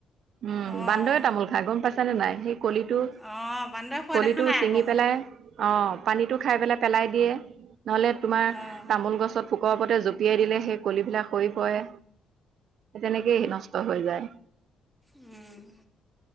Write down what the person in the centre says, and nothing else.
অঁ
অঁ বান্দৰে খোৱা
দেখা নাই
আকৌ মই
অঁ
উম।